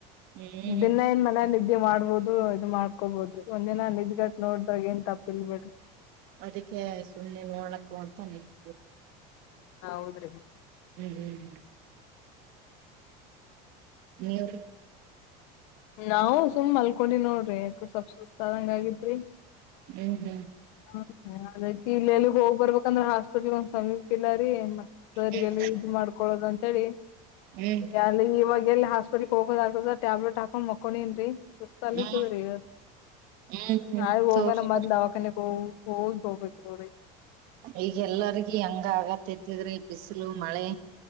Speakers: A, on the right (about 55°); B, on the left (about 70°).
A: ಹ್ಮ್
B: ದಿನ ಏನ್ ಮನೆಯಲ್ಲಿ. ನಿದ್ದೆ ಮಾಡ್ಬೋದು ಇ್ ಮಾಡ್ಕೋಬೋದ್ರಿ ಒಂದಿನ ನಿದ್ಗಟ್ ನೋಡ್ದ್ರಾಗ ಏನ್ ತಪ್ಪಿಲ್ ಬಿೇಡ್ರಿ
A: ಅದಕ್ಕೆ ಸುಮಮ್ಮನೆ ನೋಡಕ್ಕು ಅಂತ ನಿಂತ
B: ಹ ಹೌದ್ರಿ
A: ಹ್ಮ್ ಹ್ಮ್ ಹ್ಮ್ ನೀವ್ರೀ
B: ನಾವು ಸುಮ್ ಮಲ್ಕೊಂಡಿ ನೋಡ್ರಿಕ ಸ್ವಪ್ ಸುಸ್ತಾದಂಗ ಆಗಿದ್ರಿ
A: ಹ್ಮ್ ಹ್ಮ್
B: ಹ್ಮ ಅದಕ ಇಲ್ಲೆಲ್ಲಿ ಹೋಗ್ ಬರ್ಬೇಕಂದ್ರೆ ಹಾಸ್ಪೆಟ್ಲ್ಗೆ ಒಂದ್ ಸಮೀಪ ಇಿಲ್ಲ ರೀ <unintelligible> ಸರಿಯಲ್ಲಿ
A: ಹ್ಮ್
B: ಇದು ಮಾಡ್ಕೊೊಳ್ಳೋದ <unintelligible> ಸರಿ
A: ಹ್ಮ್
B: ಲ್ಲಿ ಇವಾಗ ಎಲ್ಲಿ ಹಾಕ್ ಬರಿ ಹೋಗೋದ ಹಕದ ಟ್ಯಾಬ್ಲೆಟ್ ಹಾಕೊಂಡ್ ಮಕ್ಕೊಂಡನ್ೀ ಸುಸ್ತಲ್ಲವ
A: ಹ್ಮ್
B: ರೀ
A: ಹ್ಮ್ ಹ್ಮ್
B: ನಾಳೆ ಹೋಗಣ
A: ತೋರ್ಸ
B: ಮೊದ್ಲು ದವಾಕಣೆ ಹ ಹೋಗ್ ಹೋಗಬೇಕೋಿ
A: ಈಗ ಎಲ್ಲರಿಗ ಹೆಂಗ ಆಗತ್ತತಿದ್ರೆ ಬಿಸಿ್ ಲ ಮಳೆ